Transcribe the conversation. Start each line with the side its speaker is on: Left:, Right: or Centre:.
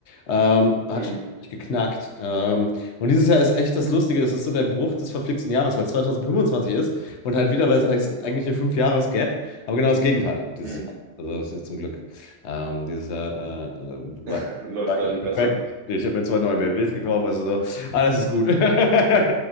Left: ähm, hat
Right: Mhm.
Left: schon richtig geknackt. Ähm, und dieses Jahr ist echt das Lustige, es ist so der Bruch des verflixten Jahres, weil es 2025 ist und halt wieder, weil es ist eigentlich eine Fünfjahres-Gap, aber genau das Gegenteil dieses
Right: Mhm.
Left: Jahr. Also das ist zum Glück. Ähm, dieses Jahr äh, äh, war,
Right: <laughs> Läuft
Left: war eigentlich
Right: deutlich
Left: perfekt.
Right: besser.
Left: Ich habe mir zwei neue BMWs gekauft, also so, alles ist gut. <laughs>